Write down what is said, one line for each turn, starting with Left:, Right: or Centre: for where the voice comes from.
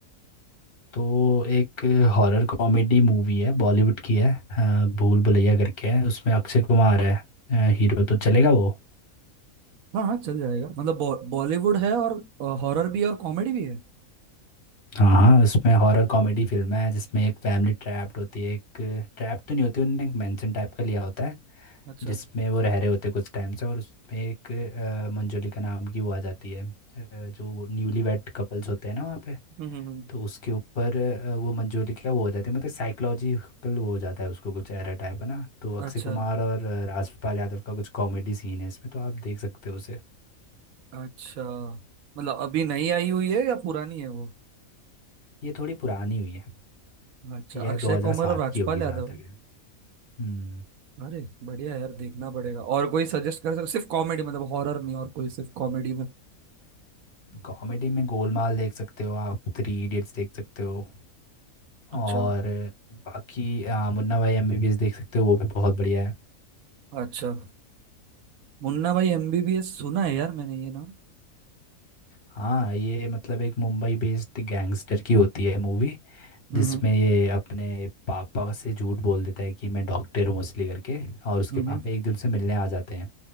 Left: तो एक हॉरर कॉमेडी मूवी है बॉलीवुड की है अ, भूल भुलैया करके है उसमें अक्षय कुमार है अ, हीरो तो चलेगा वो
Right: हाँ हाँ चल जाएगा मतलब बॉ, बॉलीवुड है और हॉरर भी है और कॉमेडी भी है
Left: हाँ हाँ उसमें हॉरर कॉमेडी फिल्म है जिसमें एक फैमिली ट्रैप्ड होती है एक ट्रैप तो नहीं होती उन्होंने एक मेंशन टाइप का लिया होता है
Right: अच्छा
Left: जिसमें वो रह रहे होते हैं कुछ टाइम से और उसमें एक अ, मंजुलिका नाम की वो आ जाती है अ, जो न्यूली वेड कपल्स होते हैं ना वहाँ पे
Right: हम्म हम्म हम्म,
Left: तो उसके ऊपर अ, वो मंजूरी क्या वो हो जाती है मतलब साइकोलॉजिकल वो हो जाता है उसको कुछ एरर टाइप है ना तो अक्षय
Right: अच्छा
Left: कुमार और अ, राजपाल यादव का कुछ कॉमेडी सीन है इसमें तो आप देख सकते हो उसे
Right: अच्छा मतलब अभी नई आई हुई है या पुरानी है वो
Left: ये थोड़ी पुरानी हुई है
Right: अच्छा
Left: ये है
Right: अक्षय
Left: 2007
Right: कुमार और राजपाल
Left: की होगी जहाँ
Right: यादव
Left: तक
Right: है।
Left: है हम्म
Right: अरे बढ़िया यार देखना पड़ेगा और कोई सजेस्ट कर सकते सिर्फ कॉमेडी मतलब हॉरर नहीं और कोई सिर्फ कॉमेडी में
Left: कॉमेडी में गोलमाल देख सकते हो आप थ्री इडियट्स देख सकते हो
Right: अच्छा
Left: और बाकी अ, मुन्ना भाई एमबीबीएस देख सकते हो वो भी बहुत बढ़िया है
Right: अच्छा मुन्ना भाई एमबीबीएस सुना है यार मैंने ये नाम
Left: हाँ ये मतलब एक मुंबई बेस्ड गैंगस्टर की होती है मूवी
Right: हम्म
Left: जिसमें ये अपने पापा से झूठ बोल देता है कि मैं डॉक्टर हूँ असली करके और उसके
Right: हम्म
Left: पापा
Right: हम्म,
Left: एक दिन से मिलने आ जाते हैं